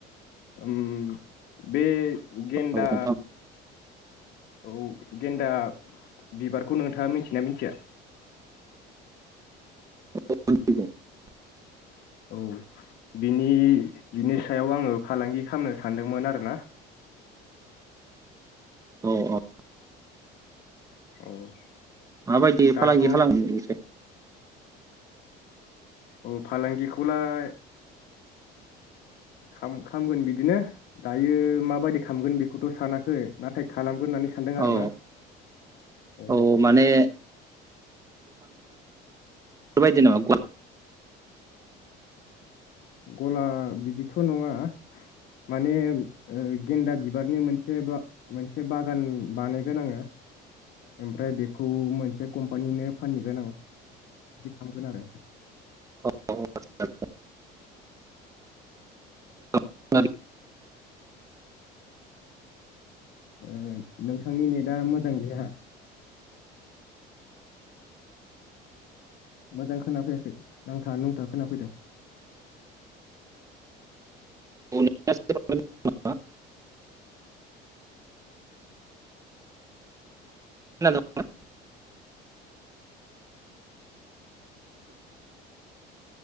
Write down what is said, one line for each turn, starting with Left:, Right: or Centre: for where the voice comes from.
Left: ओम बे गेनदा
Right: औ नोंथां?
Left: औ गेनदा बिबारखौ नोंथाङा मिथियोना मिथिया?
Right: <unintelligible>
Left: औ बिनि बिनि सायाव आंङो फालांगि खामनो सानदोंमोन आरोना
Right: औ औ
Left: औ
Right: माबायदि
Left: दाथ'
Right: फालांगि खालामसै
Left: औ फालांगिखौलाय खाम खामगोन बिदिनो दायो माबायदि खामगोन बेखौथ' सानाखै नाथाय खालामगोन होननानै सानदों आरोना।
Right: औ
Left: ओ
Right: औ माने फोरबायदि नो गल
Left: गला बिदिथ' नंङा माने ओ गेन्दा बिबारनि मोनसे मोनसे बागान बानायगोन आंङो ओमफ्राय बे खौ मोनसे कम्पानिनो फानहैगोन आं बिदि खालामगोन आरो।
Right: <unintelligible> <unintelligible>
Left: ओ नोंथांनि नेटआ मोजां गैया। मोजां खोनाफैयाखै नांथा-नुंथा खोनाफैदों।
Right: <unintelligible> <unintelligible>